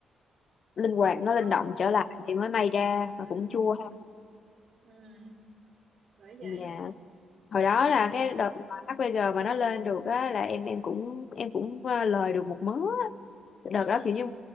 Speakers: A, on the left; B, on the right.
A: linh hoạt nó
B: Đâu.
A: linh động trở lại thì mới may ra
B: ừ
A: mà cũng chua ha
B: ừ bởi vậy
A: dạ hồi đó
B: đây
A: là cái đợt mà HPG mà nó lên được á là em em cũng em cũng ờ, lời được một mớ á.
B: ừ
A: đợt đó kiểu như